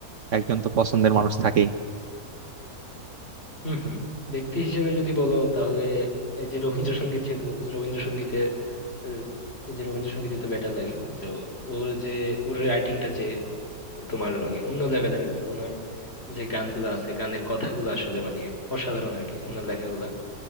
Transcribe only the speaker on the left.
হম হম ব্যক্তি হিসেবে যদি বলো তাহলে এই যে রবীন্দ্রসঙ্গীত যেহেতু বলতেছে রবীন্দ্রসঙ্গীতের উম, এই যে রবীন্দ্রসঙ্গীতই তো বেটার লাগে তো ওর যে ওর রাইটিংটা যে তোমার মানে অন্য লেভেলের আর কি ওনার যে গানগুলো আছে গানের কথাগুলো আসলে মানে অসাধারণ আর কি ওনার লেখাগুলা